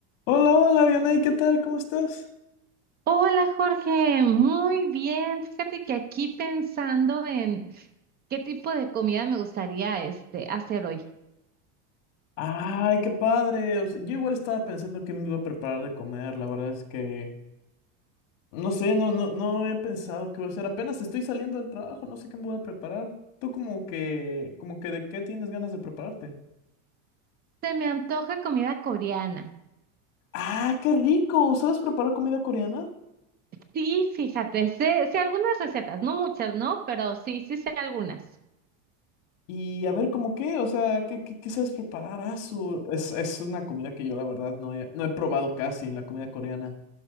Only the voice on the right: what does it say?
Hola Jorge, muy bien. Fíjate que aquí pensando en qué tipo de comida me gustaría este hacer hoy.
Se me antoja comida coreana.
Sí, fíjate, sé, sé algunas recetas, no muchas, ¿no? Pero sí, sí sé algunas.